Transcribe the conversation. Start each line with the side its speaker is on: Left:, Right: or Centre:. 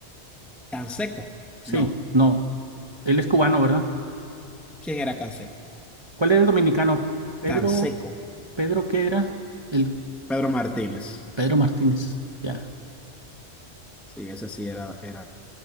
Centre: Canseco,
Right: Sí,
Centre: no,
Right: no. Él es cubano, ¿verdad?
Centre: ¿quién era Canseco?
Right: ¿Cuál era el dominicano? Pedro,
Centre: Canseco,
Right: Pedro, ¿qué era? El
Centre: Pedro Martínez,
Right: Pedro Martínez. Ya,
Centre: sí, ese sí era, era,